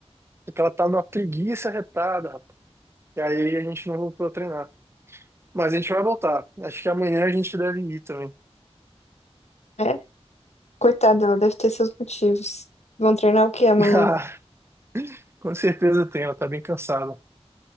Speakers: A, on the right; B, on the left.
A: Porque ela tá numa preguiça retada, rapaz. E aí a gente não voltou a treinar. Mas a gente vai voltar. Acho que amanhã a gente deve ir também.
B: É? Coitada, ela deve ter seus motivos. Vão treinar o que amanhã?
A: <laughs> Com certeza tem, ela tá bem cansada.